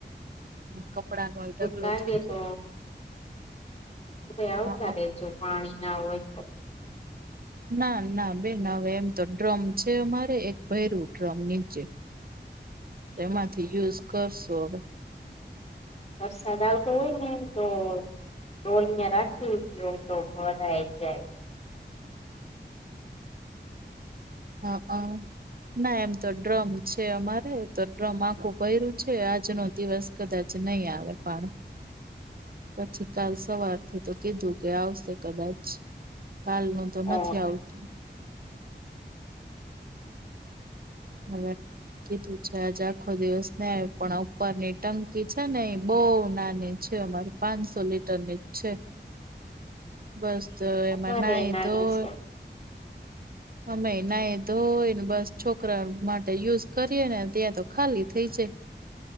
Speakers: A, on the right (about 55°); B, on the left (about 35°).
A: કપડાનો ઢગલો
B: લાગે
A: થઈ ગયો.
B: તો ઘરે આવતા
A: હા
B: રેજો પાણી ના હોય તો.
A: ના ના બેન અવે એમ તો ડ્રમ છે અમારે એક ભયરું ડ્રમ નીચે.
B: <inaudible>
A: તો એમાંથી યુઝ કરશો અવે
B: વરસાદ આવ તો હોય ને તો ડોલ રાખી રાખજો તો ભરાઈ જાય.
A: હા આ, ના એમ તો ડ્રમ છે અમારે તો ડ્રમ આખું ભર્યું છે આજનો દિવસ કદાચ નઈ આવે પાણી. પછી કાલ સવારથી તો કીધું કે આવશે કદાચ કાલનું તો નથી
B: ઓ
A: આવતું. <unintelligible> કીધું છે આજ આખો દિવસ ને પણ ઉપરની ટંકી છે ને એ બોઉ નાની છે અમારી. પાંનસો લીટરની જ છે. બસ તો એમાં
B: અમારે
A: નાય
B: નાની
A: ધોય
B: છે
A: અમે નાય ધોય અને બસ છોકરા માટે યુઝ કરીએ ને ત્યાં તો ખાલી થઈ જાય.